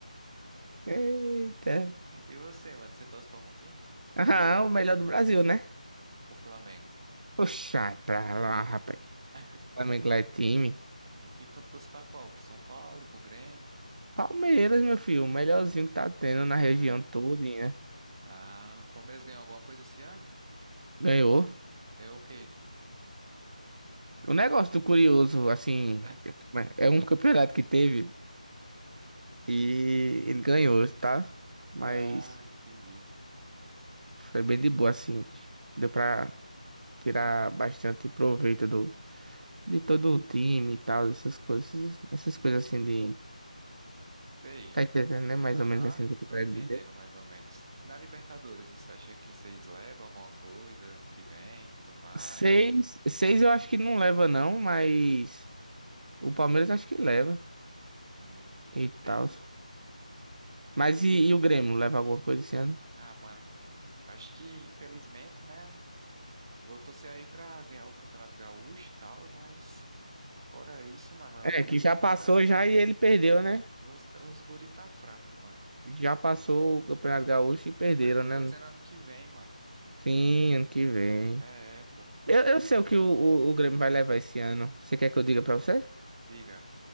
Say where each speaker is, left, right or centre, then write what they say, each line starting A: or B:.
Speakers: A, on the right; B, on the right.
A: Eita. <laughs>
B: E você, mano? Você torce pra algum time?
A: Ah, o melhor do Brasil, né?
B: O Flamengo.
A: Poxa, pra lá, rapaz.
B: <laughs>
A: Flamengo lá é time.
B: Então torço pra qual? Pro São Paulo, pro Grêmio?
A: Palmeiras, meu filho, o melhorzinho que tá tendo na região
B: Ah.
A: todinha.
B: Ah, o Palmeiras ganhou alguma coisa esse ano?
A: Ganhou.
B: Ganhou o quê?
A: O negócio do curioso, assim,
B: <laughs>
A: é um campeonato que teve e ele ganhou, tá? Mas
B: Ah, entendi.
A: foi bem de boa, assim. Deu pra tirar bastante proveito do, de todo o time e tal, essas coisas, essas coisas assim de.
B: Sei.
A: Tá entendendo, né? Mais
B: Aham,
A: ou menos assim que eu tô
B: tô
A: querendo
B: entendendo
A: dizer.
B: mais ou menos. Na Libertadores, você acha que vocês levam alguma coisa ano que vem, tudo mais?
A: Seis, seis eu acho que não leva, não, mas o Palmeiras acho que leva
B: Hum,
A: e
B: entendi.
A: tal. Mas e, e o Grêmio leva alguma coisa esse ano?
B: Ah, mano, acho que infelizmente, né? Vou torcer aí pra ganhar o Campeonato Gaúcho e tal, mas fora isso, mano,
A: É,
B: os guri
A: que já
B: tão
A: passou
B: fracos.
A: já e ele perdeu, né?
B: Os, os guri tá fraco, mano.
A: Já passou o Campeonato Gaúcho e perderam,
B: Mas co- eu
A: né?
B: tô dizendo ano que vem, mano.
A: Sim, ano que vem.
B: É, é, pô.
A: Eu, eu sei o que o, o, o Grêmio vai levar esse ano. Você quer que eu diga pra você?
B: Diga.